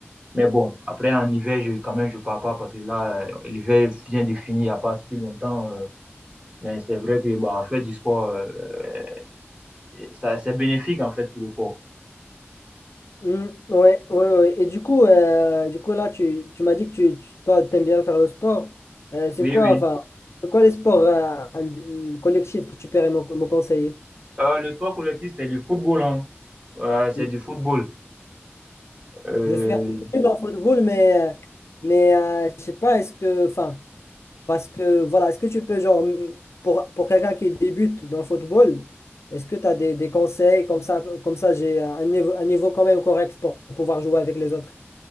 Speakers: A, on the right; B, on the left.
A: Mais bon, après, en hiver, je, quand même, je pars pas parce que là, euh, l'hiver vient de finir il n'y a pas si longtemps. euh. mais c'est vrai que bah, faire du sport, euh, euh, ça, c'est bénéfique, en fait, pour le corps.
B: Mm, ouais, ouais, ouais. Et du coup, euh, du coup là, tu, tu m'as dit que tu, tu toi, t'aimes bien faire le sport. Euh, c'est
A: Oui,
B: quoi,
A: oui.
B: enfin, c'est quoi les sports euh, ind- collectifs que tu pourrais me, me conseiller?
A: Euh, le sport collectif, c'est du football, hein. Euh, c'est
B: Mmh.
A: du football. Euh,
B: Je suis un peu nul en football, mais, mais euh, je sais pas, est-ce que, enfin, parce que, voilà, est-ce que tu peux, genre, m- pour, pour quelqu'un qui débute dans le football, est-ce que tu as des, des conseils comme ça, comme ça, j'ai un niveau, un niveau quand même correct pour pouvoir jouer avec les autres?